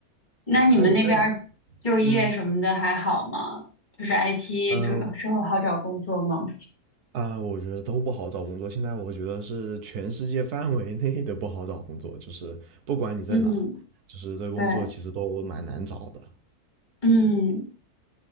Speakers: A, on the left; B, on the right.
A: 那你们那边儿就业什么的还好吗？
B: 那你那你嗯
A: 就是 IT
B: 嗯、
A: 之之后好找工作吗？
B: 呃啊，我觉得都不好找工作。现在我觉得是全世界范围内的不好找工作，就是不管你在哪，
A: 嗯，
B: 就是这工作其实都蛮难找的。
A: 对，嗯，